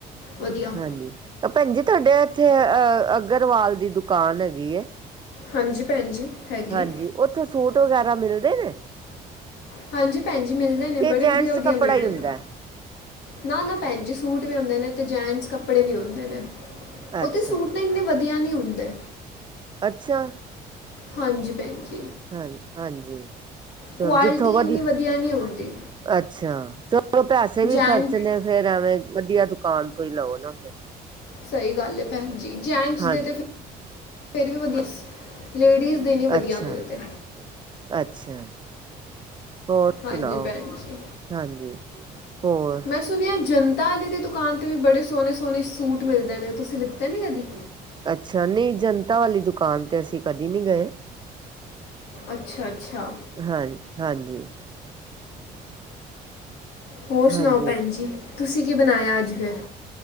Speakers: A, on the left (about 85°); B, on the right (about 25°).
A: ਵਧੀਆ
B: ਹਾਂਜੀ। ਅ ਭੈਣ ਜੀ ਤੁਹਾਡੇ ਇੱਥੇ ਅ ਅਗਰਵਾਲ ਦੀ ਦੁਕਾਨ ਹੈਗੀ ਏ।
A: ਹਾਂਜੀ ਭੈਣ ਜੀ। ਹੈਗੀ
B: ਹਾਂਜੀ
A: ਹੈ।
B: ਉੱਥੇ ਸੂਟ ਵਗੈਰਾ ਮਿਲਦੇ ਨੇ।
A: ਹਾਂਜੀ ਭੈਣ ਜੀ ਮਿਲਦੇ ਨੇ
B: ਕਿ
A: ਬੜੇ
B: ਜੈਂਟਸ
A: ਵਧੀਆ- ਵਧੀਆ
B: ਕੱਪੜਾ
A: ਮਿਲਦੇ
B: ਹੀ ਹੁੰਦਾ
A: ਨੇ। ਨਾ-ਨਾ ਭੈੇਣ ਜੀ ਸੂਟ ਵੀ ਹੁੰਦੇ ਨੇ ਅਤੇ ਜੈਂਟਸ ਕੱਪੜੇ ਵੀ ਹੁੰਦੇ ਨੇ।
B: ਅੱਛਾ
A: ਉਦੇ ਸੂਟ ਨਾ ਇੰਨੇ ਵਧੀਆ ਨਈ ਹੁੰਦੇ।
B: ਅੱਛਾ
A: ਹਾਂਜੀ ਭੈਣ ਜੀ।
B: ਹਾਂਜੀ-ਹਾਂਜੀ
A: ਕੁਆਲਿਟੀ
B: ਚਲ ਜਿੱਥੋਂ ਵਧੀ
A: ਇੰਨੀ ਵਧੀਆ ਨਹੀਂ ਹੁੰਦੀ
B: ਅੱਛਾ 'ਚ ਚਲੋ ਪੈਸੇ ਵੀ
A: ਜੈਂਟ
B: ਖਰਚਣੇ ਫਿਰ ਐਵੇਂ ਵਧੀਆ ਦੁਕਾਨ ਤੋਂ ਹੀ ਲਓ ਨਾ ਫਿਰ
A: ਸਹੀ ਗੱਲ ਏ ਭੈਣਜੀ ਜੈਂਟਸ
B: ਹਾਂਜੀ
A: ਦੇ ਤੇ ਫਿਰ ਵੀ ਵਧੀਆ ਲੇਡੀਜ਼ ਦੇ ਨਹੀਂ ਵਧੀਆ
B: ਅੱਛਾ-ਅੱਛਾ
A: ਮਿਲਦੇ
B: ਹੋਰ
A: ਹਾਂਜੀ
B: ਸੁਣਾਓ
A: ਭੈਣ ਜੀ
B: ਹਾਂਜੀ ਹੋਰ
A: ਮੈਂ ਸੁਣਿਆ ਜਨਤਾ ਆਲੇ ਦੀ ਦੁਕਾਨ ਤੇ ਵੀ ਬੜੇ ਸੋਣੇ-ਸੋਣੇ ਸੂਟ ਮਿਲਦੇ ਨੇ ਤੁਸੀਂ ਲਿੱਤੇ ਨੇ ਕਦੀ
B: ਅੱਛਾ ਨਈ ਜਨਤਾ ਵਾਲੀ ਦੁਕਾਨ ਤੇ ਅਸੀਂ ਕਦੇ ਨਈ ਗਏ।
A: ਅੱਛਾ-ਅੱਛਾ
B: ਹਾਂ ਹਾਂਜੀ।
A: ਹੋਰ ਸੁਣਾਓ
B: ਹਾਂਜੀ
A: ਭੈਣ ਜੀ ਤੁਸੀਂ ਕੀ ਬਣਾਇਆ ਅੱਜ ਫਿਰ